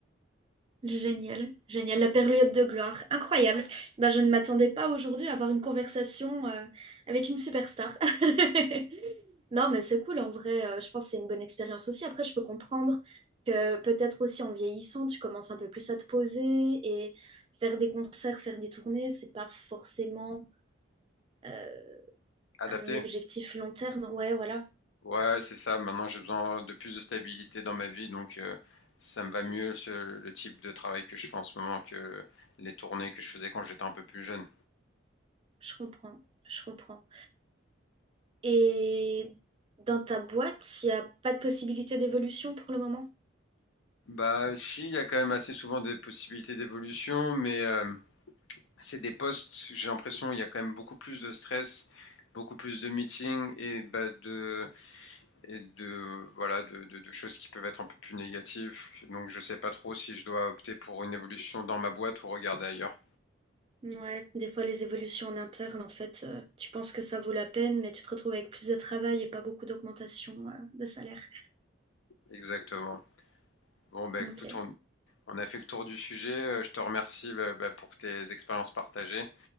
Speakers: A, on the right; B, on the left.
A: Génial, génial, la période de gloire, incroyable. Ben, je ne m'attendais pas aujourd'hui à avoir une conversation euh, avec une superstar. <laughs> Non, mais c'est cool en vrai, euh, je pense que c'est une bonne expérience aussi. Après, je peux comprendre que peut-être aussi en vieillissant, tu commences un peu plus à te poser et faire des concerts, faire des tournées, c'est pas forcément euh,
B: adaptée.
A: un objectif long terme. Ouais, voilà,
B: Ouais, c'est ça. Maintenant, j'ai besoin de plus de stabilité dans ma vie, donc euh, ça me va mieux ce- le type de travail que je fais en ce moment que les tournées que je faisais quand j'étais un peu plus jeune.
A: je comprends, je comprends. Et dans ta boîte, il n'y a pas de possibilité d'évolution pour le moment?
B: Bah, si, il y a quand même assez souvent des possibilités d'évolution, mais euh, c'est des postes, j'ai l'impression, il y a quand même beaucoup plus de stress, beaucoup plus de meetings et bah, de et de voilà de, de- de choses qui peuvent être un peu plus négatives. Donc je sais pas trop si je dois opter pour une évolution dans ma boîte ou regarder ailleurs.
A: Ouais, des fois les évolutions en interne, en fait, euh, tu penses que ça vaut la peine, mais tu te retrouves avec plus de travail et pas beaucoup d'augmentation, euh, de salaire.
B: Exactement. Bon bah
A: Ok,
B: écoute, on, on a fait le tour du sujet. Euh, Je te remercie bah, bah, pour tes expériences partagées